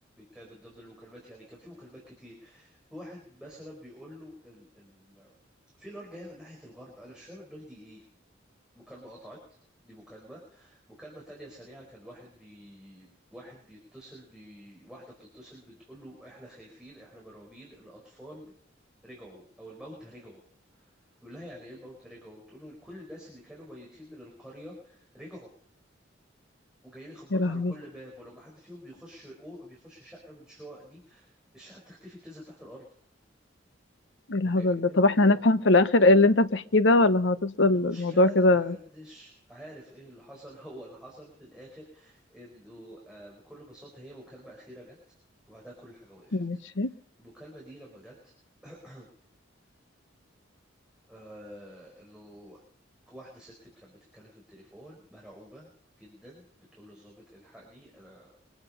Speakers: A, in the centre; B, on the left.
A: كان من ضمن المكالمات يعني كان في مكالمات كتير في واحد مثلا بيقول له ال... ال... في نار جاية من ناحية الغرب أنا مش فاهم النار دي إيه مكالمة قطعت دي مكالمة مكالمة تانية سريعة كان واحد بي... واحد بيتصل بي... واحدة بتتصل بتقول له إحنا خايفين إحنا مرعوبين الأطفال رجعوا أو الموتى رجعوا يقول لها يعني ايه الموتى رجعوا بتقول له كل الناس اللي كانوا ميتين من القرية رجعوا وجايين يخبطوا
B: يا لهوي
A: على كل باب ولما حد فيهم بيخش أو بيخش شقة من الشقق دي الشقة بتختفي بتنزل تحت الأرض
B: ايه
A: وكأن
B: الهبل ده طب احنا
A: الموضوع
B: هنفهم في الآخر ايه اللي انت بتحكيه ده ولا هتفضل
A: المشكلة
B: الموضوع
A: إن
B: كده
A: محدش عارف إيه اللي حصل <laughs> هو اللي حصل في الآخر إنه آه، بكل بساطة هي مكالمة أخيرة جت وبعدها كل حاجة وقفت
B: ماشي
A: المكالمة دي لما جت <clears throat> آه انه واحده ست كانت بتتكلم في التليفون مرعوبه جدا بتقول للظابط الحقني انا